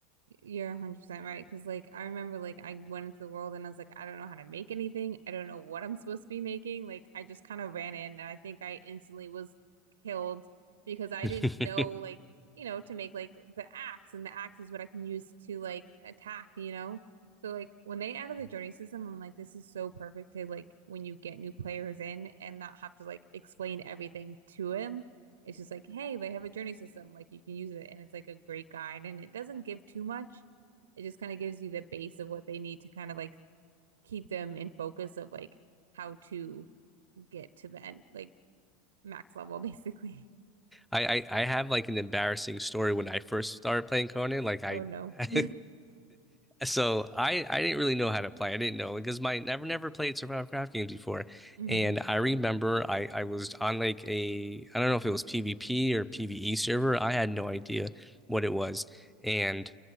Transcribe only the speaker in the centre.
<laughs>
I,
I I have like an embarrassing story when I first started playing Conan. Like I,
<laughs>
so I I didn't really know how to play. I didn't know because my never never played survival craft games before,
and I remember I I was on like a I don't know if it was PvP or PvE server. I had no idea what it was, and